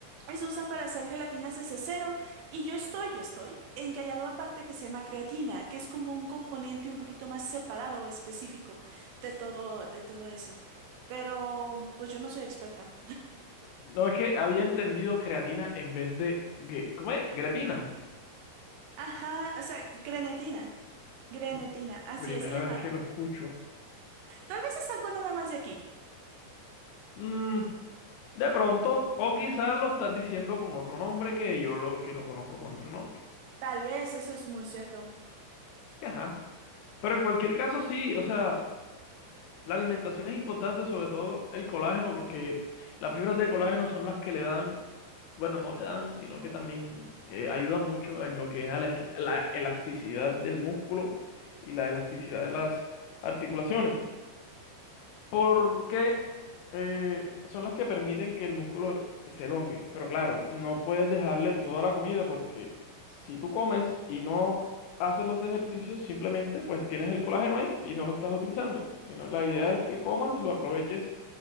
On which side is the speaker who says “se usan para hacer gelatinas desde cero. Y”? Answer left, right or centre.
Right